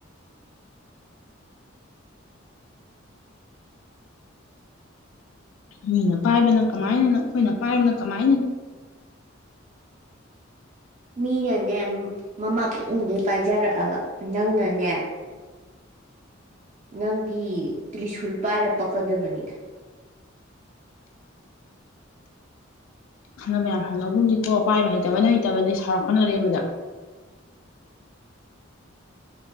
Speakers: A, on the left (about 85°); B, on the right (about 35°).
A: ꯃꯤꯅ ꯄꯥꯏꯕꯅ ꯀꯃꯥꯏꯅꯅꯣ ꯑꯈꯣꯏꯅ ꯄꯥꯏꯕꯅ ꯀꯃꯥꯏꯅ
B: ꯃꯤꯅꯅꯦ ꯃꯃꯥ ꯄꯨꯛꯅꯨꯡꯗꯩ ꯄꯥꯏꯖꯔꯛꯑꯕ ꯅꯪꯅꯅꯦ ꯅꯪꯗꯤ ꯇ꯭ꯔꯤꯁꯨꯨꯜ ꯄꯥꯏꯔ ꯄꯛꯀꯗꯕꯅꯤꯗ
A: ꯈꯟꯅꯕ ꯌꯥꯝ ꯍꯧꯅꯒꯨꯝꯖꯤꯀꯣ ꯄꯥꯏꯕ ꯍꯩꯇꯕꯅ ꯍꯩꯇꯕꯅꯦ ꯁꯥꯎꯔꯛꯀꯅꯣ ꯑꯔꯦꯝꯕꯗ